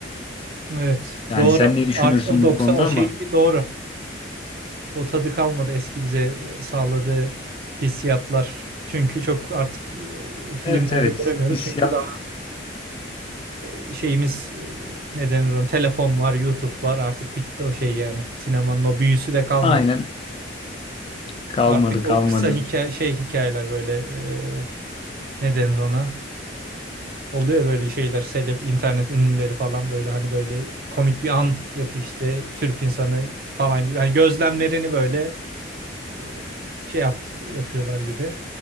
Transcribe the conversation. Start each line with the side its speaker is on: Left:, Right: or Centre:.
Right: Evet
Left: Yani
Right: doğru.
Left: sen ne düşünürsün
Right: Art o 90
Left: bu konuda
Right: o şey
Left: ama
Right: bir doğru. O tadı kalmadı eski bize e, sağladığı hissiyatlar. Çünkü çok artık e, filmlerde
Left: evet evet
Right: göremiyoruz.
Left: hissiyat
Right: Çünkü daha e, şeyimiz e, ne denir ona? Telefon var, YouTube var. Artık bitti o şey yani. Sinemanın o büyüsü de kalmadı.
Left: aynen kalmadı
Right: Artık
Left: kalmadı.
Right: o kısa hikaye şey hikayeler böyle e, ne denir ona? Oluyor böyle şeyler seleb internet ünlüleri falan böyle hani böyle komik bir an yapıyor işte Türk insanı falan gibi. Hani gözlemlerini böyle e, şey yap, yapıyorlar gibi